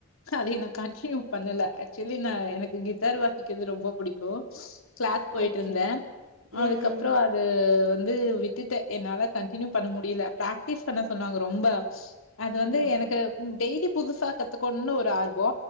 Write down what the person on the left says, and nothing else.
அதை நா கண்டினியூ பண்ணல ஆக்சுவலி நா எனக்கு கிட்டார் வாசிக்கிறது ரொம்ப புடிக்கு கிளாஸ் பொய்ட்டுருந்தே
அதுக்கப்புறோ அது வந்து வித்துட்ட என்னால கன்டினியூ பண்ண முடியல பிராக்டிஸ் பண்ண சொன்னாங்க ரொம்ப அது
வந்து எனக்கு டெய்லி புதுசா கத்துக்கோன்னு ஒரு ஆர்வோ